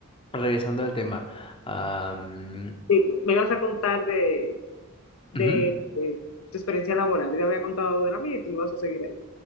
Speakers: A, on the left; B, on the left.
A: regresando al tema. am,
B: sí. Me vas a contar de, de,
A: ujú,
B: de tu experiencia laboral. Yo te había contado de la mía y tú me vas a seguir ahí.